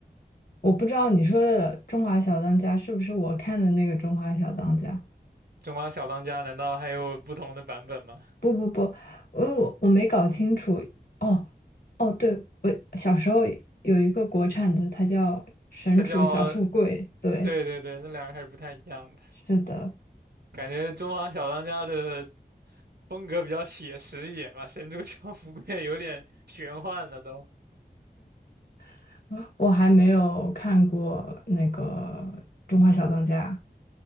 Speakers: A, on the left (about 60°); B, on the right (about 65°).
A: 我不知道你说的《中华小当家》是不是我看的那个《中华小当家》？
B: 《中华小当家》难道还有不同的版本吗？
A: 不不不，我我我没搞清楚。哦哦，对，我小时候有一个国产的，它叫《神厨小富贵》。
B: 它叫，
A: 对，
B: 对对对，那两个还是不太一样的。
A: 是的，
B: 感觉《中华小当家》的风格比较写实一点吧，《神州教福贵》也有点玄幻了都。
A: <laughs> 我还没有看过那个《中华小当家》，